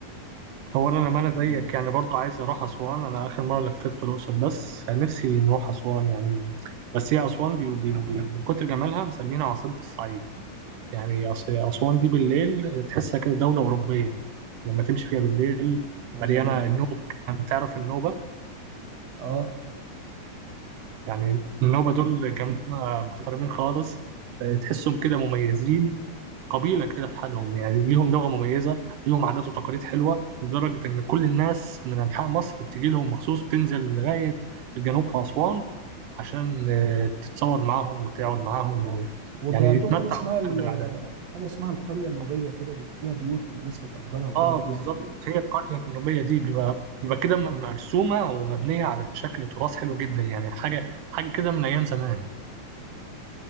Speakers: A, on the right (about 85°); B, on the right (about 60°).
A: هو أنا لما أنا زيك
B: يعني
A: يعني برضه عايز أروح أسوان أنا آخر مرة لفيت في الأقصر بس نفسي نروح أسوان يعني بس هي أسوان دي بي- بي- من كتر جمالها مسمينها عاصمة الصعيد يعني أس- أسوان دي بالليل تحسها كده دولة أوروبية لما تمشي فيها بالليل
B: يا
A: مليانة
B: جمال
A: النوبة يعني تعرف النوبة
B: اه
A: يعني النوبة دول جماعة محترمين خالص تحسهم كده مميزين قبيلة كده في حالهم يعني ليهم لغة مميزة ليهم عادات وتقاليد حلوة لدرجة إن كل الناس من أنحاء مصر بتيجي لهم مخصوص بتنزل لغاية الجنوب في أسوان عشان آه، تتصور معاهم وتقعد معاهم و...
B: وبي
A: يعني
B: عندهم
A: يتمتع
B: حاجه اسمها
A: جدا
B: ال-
A: بالعادات
B: حاجه اسمها القريه النوبيه كده بي- فيها بيوت الناس بتأجرها وتقعد
A: اه
B: فيها
A: بالظبط
B: تقريبا
A: هي القرية النوبية دي بيبقى بيبقى كده م- مرسومة ومبنية على شكل تراث حلو جدا يعني حاجة حاجة كده من أيام زمان